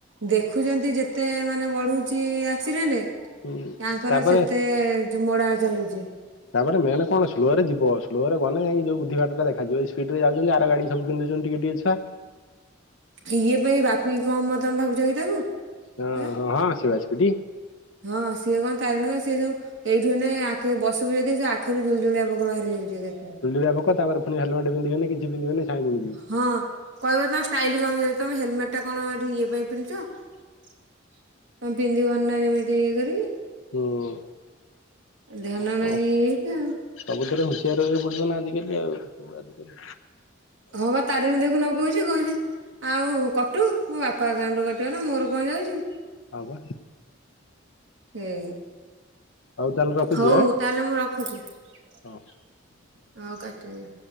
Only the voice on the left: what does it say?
ଉଁ ତାପରେ
ତାପରେ ମେନ୍ କଣ ସ୍ଲୋରେ ଯିବ ସ୍ଲୋ ରେ ଗଲେ ଯାଇଁକି ଯୋଉ ବୁଦ୍ଧିବାଟଟା ଦେଖା ଯିବ ସ୍ପିଡ୍ ରେ ଯାଉଛନ୍ତି ଆର ଗାଡି ସବୁପେଲୁଛନ୍ତି ଟିକେ ଟିକେ। ପା।
ହଁ
ହଁ ହଁ ସେ ବା ସ୍ପିଡି
ଜୁଳିଗୁଳିଆ ପୋକ ତାପରେ ପୁଣି ହେଲେମେଟେ ପିନ୍ଧିବେ ନି କିଛି ପିନ୍ଧିବେନି। ସାଇଁ ବୁଣିଯିବେ।
ହୁଁ।
କଣ
ସବୁଥିରେ ହୁସିଆର ରହିବାକୁ ପଡିବ ନା ଆଜିକାଲି ଆଉ ସବୁ ଆଜିକାଲି
ହଁ ବା
ହଉ ତାହେଲେ ରଖୁଛି
ଆଁ
ହଁ।